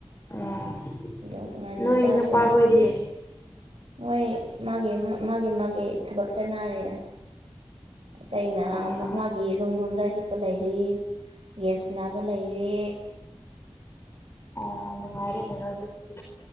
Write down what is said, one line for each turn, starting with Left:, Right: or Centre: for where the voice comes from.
Left: ꯎꯝ
Right: ꯑꯗꯣ ꯉꯟꯅ
Left: ꯅꯣꯏ
Right: ꯆꯥꯁꯦꯅ
Left: ꯅꯨꯄꯥꯈꯣꯏꯗꯤ
Right: ꯊꯣꯡ ꯃꯣꯏ ꯃꯥꯒꯤ ꯃꯥ ꯃꯥꯒꯤ ꯃꯥꯒꯤ ꯊꯕꯛ ꯆꯠꯅꯔꯦꯗꯥ ꯑꯇꯩꯅ
Left: ꯑꯣ
Right: ꯃꯥ ꯃꯥꯒꯤ ꯔꯨꯝ ꯔꯨꯝꯗ ꯍꯤꯞꯄ ꯂꯩꯔꯤ ꯒꯦꯝ ꯁ꯭ꯅꯥꯕ ꯂꯩꯔꯤ
Left: ꯑꯣ ꯅꯨꯡꯉꯥꯢꯔꯦꯅꯦ ꯅꯣꯏꯁꯨ ꯗꯨꯗꯤ